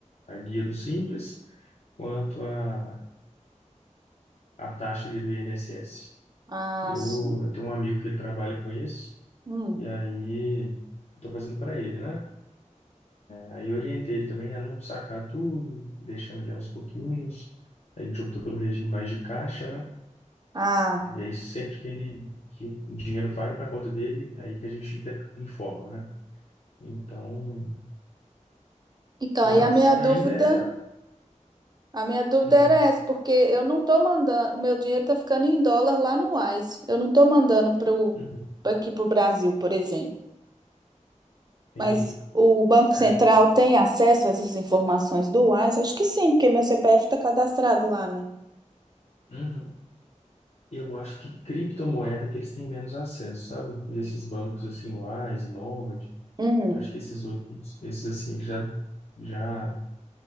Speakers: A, on the left; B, on the right.
A: a guia do Simples quanto a, a taxa ali do INSS.
B: Ah,
A: Eu,
B: sim.
A: eu tenho um amigo que ele trabalha com isso,
B: Hum.
A: e aí estou fazendo para ele, né? Aí eu orientei ele também a não sacar tudo, deixando ele aos pouquinhos. A gente optou pelo regime mais de caixa, né?
B: Ah,
A: E aí sempre que ele que o dinheiro vai para a conta dele, é aí que a gente de- informa, né? Então,
B: então
A: mas
B: aí a minha dúvida.
A: ainda é.
B: A minha dúvida
A: Uhum,
B: era essa, porque eu não tô mandando, o meu dinheiro tá ficando em dólar lá no Wise. Eu não tô mandando para
A: uhum,
B: aqui pro Brasil, por exemplo.
A: entendi.
B: Mas o Banco
A: É,
B: Central tem acesso a essas informações do Wise? Acho que sim, porque meu CPF tá cadastrado lá, né?
A: uhum. Eu acho que criptomoeda que eles têm menos acesso, sabe? Mas Esses bancos assim, Wise e Nomad,
B: Hum.
A: eu acho que esses outros, esses assim, eles já já